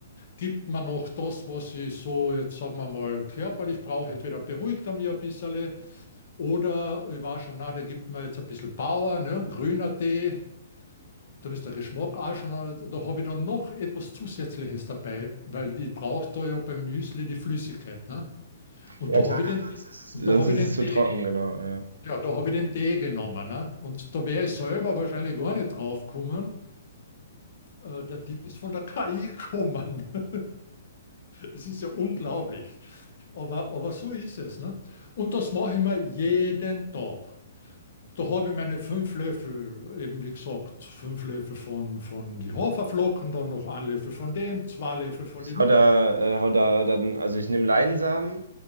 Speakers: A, on the left; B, on the right.
A: Gibt mir noch das, was ich so jetzt, sagen wir mal, körperlich brauche. Entweder beruhigt er mich ein bisschen oder ich war schon, na, der gibt mir jetzt ein bisschen Bauer, ne? grüner Tee. Dann ist der Geschmack auch schon, da habe ich dann noch etwas Zusätzliches dabei, weil ich brauche da ja beim Müsli die Flüssigkeit. Ne? Und
B: ja
A: da
B: klar,
A: habe ich den,
B: das ist es,
A: und da
B: sonst
A: habe
B: ist
A: ich den
B: es zu
A: Tee,
B: trocken, genau. Ja.
A: ja, da habe ich den Tee genommen. Ne? Und da wäre ich selber wahrscheinlich gar nicht drauf gekommen. Äh, der Tipp ist von der KI gekommen. <laughs> Es ist ja unglaublich. Aber, aber so ist es. Ne? Und das mache ich mir jeden Tag. Da habe ich meine fünf Löffel, eben wie gesagt, fünf Löffel von, von die Haferflocken, dann noch ein Löffel von dem, zwei Löffel von den.
B: hau da, äh, hau da dann, also ich nehme Leinsamen,